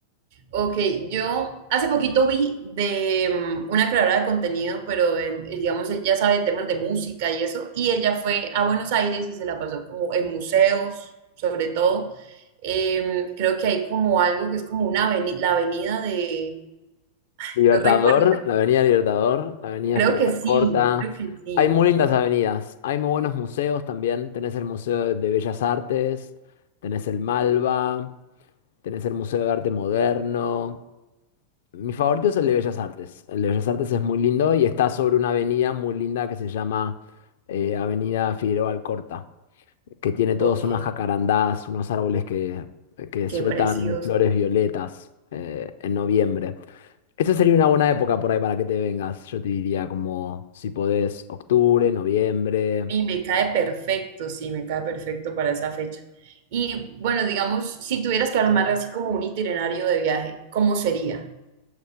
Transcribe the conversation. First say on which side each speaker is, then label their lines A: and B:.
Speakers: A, on the right; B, on the left.
A: Ok, yo hace poquito vi de mm, una creadora de contenido, pero en- eh, digamos ella sabe temas de música y eso, y ella fue a Buenos Aires y se la pasó como en museos, sobre todo. Em, creo que hay como algo que es como una aveni- la avenida de,
B: Libertador,
A: no recuerdo,
B: la Avenida Libertador, la Avenida
A: creo
B: Figueroa
A: que sí,
B: Corta.
A: creo que sí.
B: Hay muy lindas avenidas. Hay muy buenos museos también. Tenés el Museo de de Bellas Artes, tenés el Malva, tenés el Museo de Arte Moderno. Mi favorito es el de Bellas Artes. El de Bellas Artes es muy lindo y está sobre una avenida muy linda que se llama eh, Avenida Figueroa Corta, que tiene todos
A: Ok,
B: unas jacarandás, unos árboles que, que
A: qué
B: sueltan
A: precioso.
B: flores violetas eh, en noviembre. Esa sería una buena época por ahí para que te vengas. Yo te diría como si podés, octubre, noviembre.
A: Y me cae perfecto, sí, me cae perfecto para esa fecha. Y bueno, digamos, si tuvieras que armar así como un itinerario de viaje, ¿cómo sería?